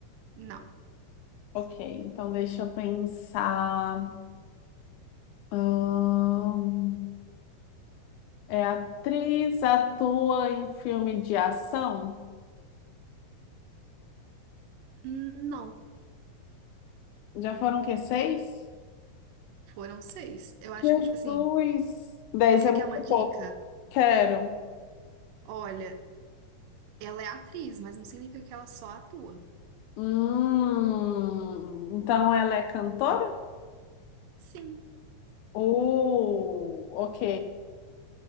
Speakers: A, on the right; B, on the left.
A: Não.
B: Ok, então deixa eu pensar. Ahn, é atriz, atua em filme de ação?
A: Não.
B: Já foram o quê? Seis?
A: Foram seis. Eu acho
B: Jesus!
A: que, tipo assim,
B: dez
A: você
B: é muito
A: quer uma dica?
B: pouco. Quero.
A: Olha, ela é atriz, mas não significa que ela só atua.
B: Hum, então ela é cantora?
A: Sim.
B: Uh, ok.